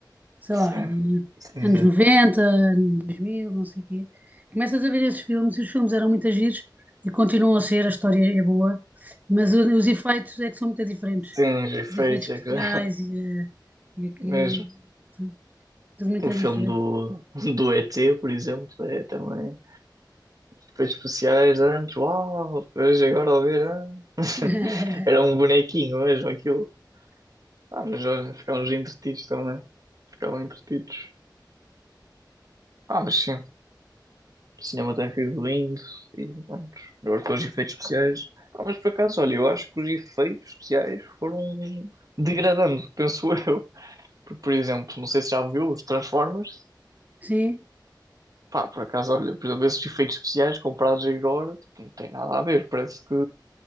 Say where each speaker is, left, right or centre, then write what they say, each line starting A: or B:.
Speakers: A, on the right; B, on the right.
A: sei
B: Sim,
A: lá,
B: sim,
A: anos
B: sim.
A: 90, anos 2000, não sei o quê. Começas a ver esses filmes e os filmes eram muito giros e continuam a ser, a história é boa, mas o- os efeitos é que são muito diferentes.
B: Sim, os efeitos,
A: Os efeitos especiais
B: é que já- <laughs>
A: e, eh, e aqui,
B: mesmo.
A: tudo, tudo muito
B: O filme
A: diferente.
B: do, do ET, por exemplo, é também efeitos especiais antes, uau, depois agora ao ver, ah. <laughs>
A: <laughs>
B: Era um bonequinho mesmo aquilo. Ah, mas olha, ficámos entretidos também. Ficavam entretidos. Ah, mas sim, o cinema tem sido lindo e pronto. Agora com os efeitos especiais. Ah, mas por acaso, olha, eu acho que os efeitos especiais foram degradando, <laughs> penso eu. Porque, por exemplo, não sei se já viu os Transformers.
A: Sim,
B: Pá, por acaso, olha, por exemplo, esses efeitos especiais comprados agora, tipo, não tem nada a ver. Parece que